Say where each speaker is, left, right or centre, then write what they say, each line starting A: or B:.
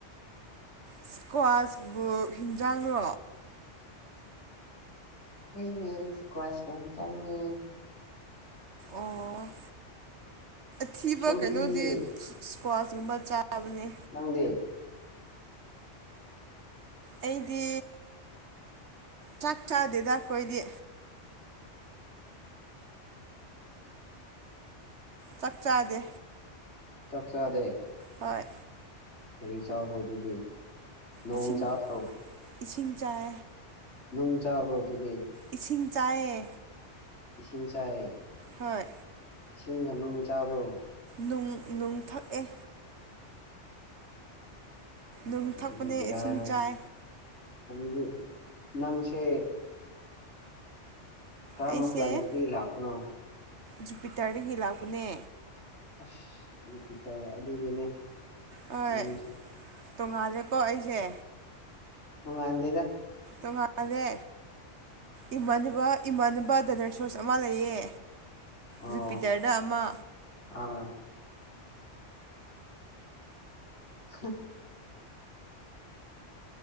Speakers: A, on the right; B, on the left.
A: ꯏꯁꯀ꯭ꯋꯥꯁ ꯕꯨ ꯍꯤꯟꯖꯥꯡꯂꯣ
B: ꯍꯣꯏꯅꯦ ꯁꯀꯨ꯭ꯋꯥꯁ ꯏꯟꯖꯥꯡꯅ‌ꯦ
A: ꯑꯣ ꯑꯊꯤꯕ
B: ꯁꯣꯝꯗꯤ
A: ꯀꯩꯅꯣꯗꯤ ꯏꯁꯀ꯭ꯋꯥꯁꯀꯨꯝꯕ ꯆꯥꯕꯅꯦ
B: ꯅꯪꯗꯤ
A: ꯑꯩꯗꯤ ꯆꯥꯛ ꯆꯥꯗꯦꯗ ꯑꯩꯈꯣꯏꯗꯤ ꯆꯥꯛ ꯆꯥꯗꯦ
B: ꯆꯛꯆꯥꯗꯦ
A: ꯍꯣꯏ
B: ꯀꯔꯤ ꯆꯥꯕꯔꯣ ꯑꯗꯨꯗꯤ ꯅꯣꯡ
A: ꯏꯁꯤꯡ
B: ꯆꯥꯕ꯭ꯔꯣ
A: ꯏꯁꯤꯡ ꯆꯥꯏ
B: ꯅꯨꯡ ꯆꯥꯕꯔꯣ ꯑꯗꯨꯗꯤ
A: ꯏꯁꯤꯡ ꯆꯥꯏꯑꯌꯦ
B: ꯏꯁꯤꯡ ꯆꯥꯏ
A: ꯍꯣꯏ
B: ꯏꯁꯤꯡꯒ ꯅꯨꯡ ꯆꯥꯕ꯭ꯔꯣ
A: ꯅꯨꯡ ꯅꯨꯡ ꯊꯛꯑꯦ ꯅꯨꯡ
B: ꯑꯗꯨꯗꯤ
A: ꯊꯛꯄꯅꯦ
B: ꯕꯤꯔꯅꯤꯍꯦ
A: ꯏꯁꯤꯡ ꯆꯥꯏ
B: ꯑꯗꯨꯗꯤ ꯅꯪꯁꯦ ꯀꯔꯝꯕ
A: ꯑꯩꯁꯦ
B: ꯄ꯭ꯂꯥꯟꯅꯤꯗꯒꯤ ꯂꯥꯛꯄꯅꯣ
A: ꯖꯨꯄꯤꯇꯔꯗꯒꯤ ꯂꯥꯛꯄꯅꯦ
B: ꯑꯁ ꯌꯨꯄꯤꯇꯔ ꯑꯗꯨꯒꯤꯅꯦ
A: ꯍꯣꯏ
B: ꯅꯪꯁꯦ
A: ꯇꯣꯉꯥꯜꯂꯦꯀꯣ ꯑꯩꯁꯦ
B: ꯇꯣꯡꯉꯥꯟꯗꯦꯗ
A: ꯇꯣꯉꯂꯦ ꯏꯃꯥꯟꯅꯕ ꯏꯃꯥꯟꯅꯕ ꯗꯅꯔ ꯁꯣꯁ ꯑꯃ ꯂꯩꯌꯦ
B: ꯑꯣ
A: ꯖꯨꯄꯤꯇꯔꯗ ꯑꯃ
B: ꯑꯥ <inaudible>